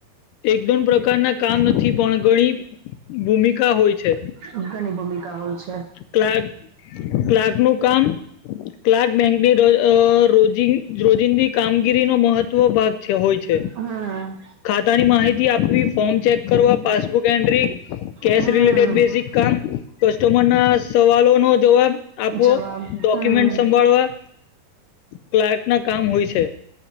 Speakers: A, on the left (about 80°); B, on the right (about 75°).
A: એકદમ પ્રકારના કામ નથી પણ ઘણી ભૂમિકા હોય છે
B: અ ઘણી ભૂમિકા હોય છે
A: ક્લાર્ક ક્લાર્ક નું કામ ક્લાર્ક બેંકની અ રોજિંગ રોજિંદી કામગીરી નો મહત્વ ભાગ છે હોય છે
B: હમ
A: ખાતાની માહિતી આપવી ફોર્મ ચેક કરવા પાસબુક એન્ટ્રી કેશ
B: હમ
A: રિલેટેડ બેસિક કામ કસ્ટમર ના સવાલો નો જવાબ આપવો
B: જવાબ
A: ડોક્યુમેન્ટ
B: હમ
A: સંભાળવા ક્લાર્ક ના કામ હોય છે